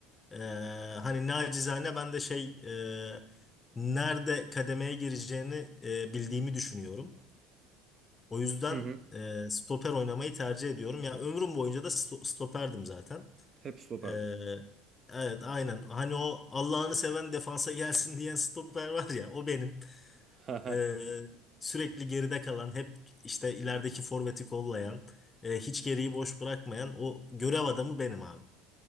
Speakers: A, on the left; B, on the right.
A: E, hani nacizane ben de şey e, nerede kademeye gireceğini e, bildiğimi düşünüyorum. O yüzden
B: Hı hı.
A: e, stoper oynamayı tercih ediyorum. Ya ömrüm boyunca da sto- stoperdim zaten.
B: Hep stoperdim.
A: E, evet aynen. Hani o Allah'ını seven defansa gelsin diyen stoper var ya o benim.
B: <laughs>
A: E, sürekli geride kalan, hep işte ilerideki forveti kollayan, e, hiç geriyi boş bırakmayan o görev adamı benim abi.